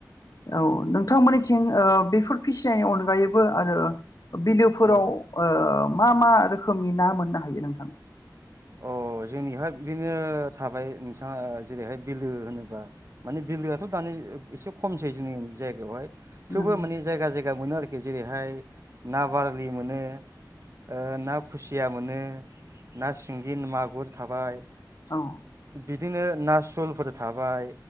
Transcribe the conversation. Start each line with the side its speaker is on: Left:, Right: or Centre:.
Left: औ नोंथांमोननिथिं ओ बेफोर फिसिनायनि अनगायैबो आरो बिलोफोराव
Right: औ
Left: ओ मा मा रोखोमनि ना मोननो हायो नोंथां?
Right: अ जोंनिहाय बिदिनो थाबाय नोंथाङा जेरैहाय बिलो होनोबा माने बिलोआथ' दानि एसे खमसै जोंनि जायगायावहाय। थेवबो
Left: नंगौ
Right: माने जायगा जायगा मोनो आरोखि जेरैहाय ना बारलि मोनो ओ ना खुसिया मोनो ना सि गि मागुर थाबाय।
Left: औ
Right: बिदिनो ना सुलफोर थाबाय